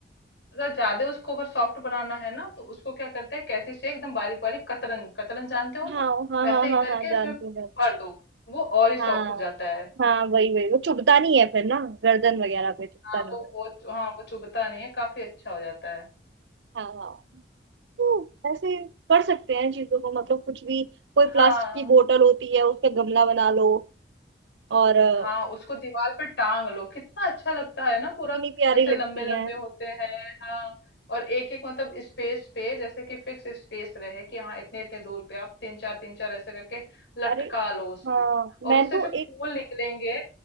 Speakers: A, on the left (about 75°); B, on the right (about 85°).
A: अगर ज्यादा उसको अगर सॉफ्ट बनाना है ना तो उसको क्या करते हैं कैंची से एकदम बारीक बारीक कतरन कतरन जानते हो
B: हाँ
A: ना
B: हाँ
A: वैसे
B: हाँ
A: ही
B: हाँ
A: करके
B: हाँ जानती
A: उसमें
B: हूँ जानती
A: भर दो वो और ही
B: हूँ। हाँ
A: सॉफ्ट हो जाता है
B: हाँ वही वही वो चुभता नहीं है फिर ना गर्दन वगैरह पे चुभता
A: हाँ
B: नहीं
A: वो
B: है।
A: वो हाँ वो चुभता नहीं है काफी अच्छा हो जाता है
B: हाँ हाँ तो ऐसे कर सकते हैं चीजों को मतलब कुछ भी कोई प्लास्टिक
A: हाँ
B: की बोतल होती है उसका गमला बना लो और अ,
A: हाँ उसको दीवार पर टांग लो कितना अच्छा लगता है ना पूरा
B: इतनी प्यारी
A: ऐसे लंबे
B: लगती
A: लंबे
B: है
A: होते हैं हाँ और एक एक मतलब स्पेस पे जैसे कि फिक्स स्पेस रहे कि हाँ इतने इतने दूर पे आप तीन चार तीन चार ऐसे करके लटका
B: अरे
A: लो उसको
B: हाँ
A: और
B: मैं
A: उससे
B: तो
A: जो
B: एक
A: फूल निकलेंगे